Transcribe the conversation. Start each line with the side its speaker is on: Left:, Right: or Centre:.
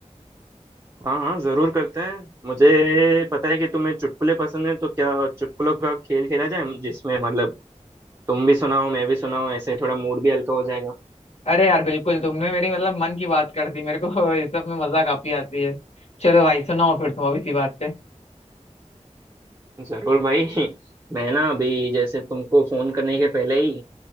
Right: हाँ हाँ जरूर करते हैं मुझे पता है कि तुम्हें चुटकुले पसंद है तो क्या चुटकुलों का खेल खेला जाए जिसमें मतलब तुम भी सुनाओ मैं भी सुनाऊं ऐसे थोड़ा मूड भी हल्का हो जाएगा
Left: अरे यार बिल्कुल तुमने मेरी मतलब मन की बात कर दी मेरे को <laughs> इस सब में मजा काफी आती है चलो भाई सुनाओ फिर तुम अभी सी बात पे
Right: जरूर भाई <laughs> मैं ना अभी जैसे तुमको फोन करने के पहले ही